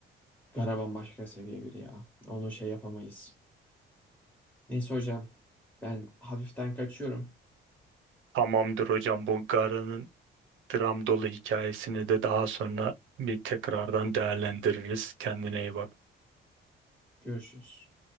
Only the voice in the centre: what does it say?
Garaban başka seviye biri ya. Onu şey yapamayız. Neyse hocam ben hafiften kaçıyorum.
Görüşürüz.